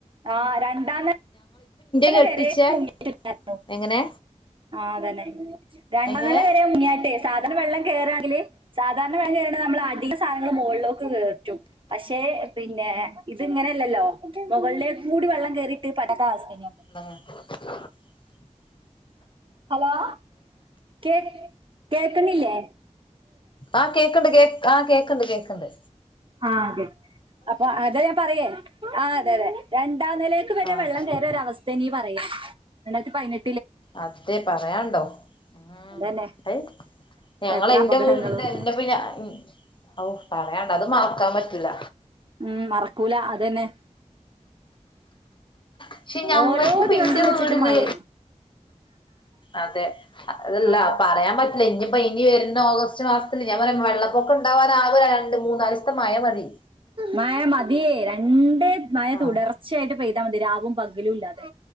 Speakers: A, on the right; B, on the left.
A: ആഹ് രണ്ടാന
B: കെട്ടിച്ചേ
A: ല വെരെ മുങ്ങിട്ടുട്ടാരുന്ന്.
B: എങ്ങനെ
A: ആ തന്നെ. രണ്ടാല
B: എങ്ങനെ
A: വരെ മുങ്ങിയാട്ടേ. സാധണ വെള്ളം കേറാങ്കില്. സാധാർണ വേ കേറണ നമ്മളടി സാധനങ്ങള് മൊകളിലോക്കുക്കേറ്റും പക്ഷെ. പിന്നെ ഇത് ഇങ്ങെനെയല്ലല്ലോ. മൊകളിലേക്കൂടി വെള്ളം കേറിട്ട് തന്റെയാസ് കഴ്ഞ്ഞോ?
B: ആഹ്
A: ഹലോ കേ കേൾക്കണില്ലേ?
B: ആഹ് കേക്കൊണ്ട് കേ ആഹ് കേക്കൊണ്ട് കേക്കൊണ്ട്.
A: ആഹ് കേ അപ്പൊ അതെ ഞാൻ പറയേ ആ അതെ അതെ. എൻ ണ്ടാനിലേക്ക് വെരെ
B: ആഹ്
A: വെള്ളം കേറിയരവസ്ഥേ നീ പറയ്. രണ്ടായിരത്തി പതിനെ
B: അതെ പറയണ്ടോ ഉം
A: അതന്നെ
B: ഐ ഞങ്ങളെ
A: എത്ര
B: ഇന്റെ
A: അപകടങ്ങളും
B: വീടിന്റെ എന്റെപ്പ ഞ ഓ പറയായണ്ട അത് മാത്ര മറക്കാൻ പറ്റൂല
A: ഉം മറക്കൂല അതന്നെ
B: പക്ഷെ ഞങ്ങൾക്ക്
A: ഓരോ
B: ഇപ്പൊ
A: ദിവസം
B: ഇന്റെ
A: വെച്ചിട്ട്
B: വീടില്
A: മഴേണ്
B: അതെ അതല്ല
A: ആഹ്
B: പറയാൻ പറ്റില്ല ഇനിപ്പോ ഇനി വരുന്ന ഓഗസ്റ്റ് മാസ ഞൻ പറയാ വെള്ളപ്പൊക്കം ഉണ്ടാവാൻ രണ്ട് മൂന്നാലിസ്തെമയ മതി
A: മഴ മതി രണ്ട് മയ
B: ആഹ്
A: തുടർച്ചയായിട്ട് പെയ് മതി രാവും പകലുംല്ലാതെ